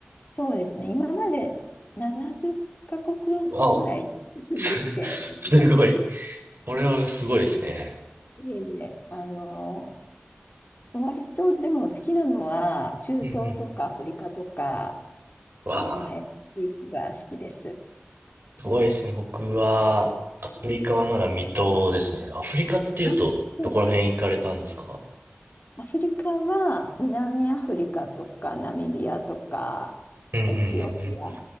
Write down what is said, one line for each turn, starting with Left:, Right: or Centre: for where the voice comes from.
Left: そうですね。今まで70カ国
Right: わお、
Left: ぐらい行くんですけれども、
Right: <laughs> すすごい。それはすごいですね。
Left: いえいえ、あの、割とでも好きなのは、中東とかアフリカとか、
Right: うんうん。わあ、
Left: その辺、地域が好きです。
Right: すごいですね。僕は、アフリカはまだ未踏ですね。アフリカっていうと、
Left: あ、そうですね。
Right: どこら辺行かれたんですか
Left: アフリカは南アフリカとかナミビアとかエチオピア、
Right: うんうん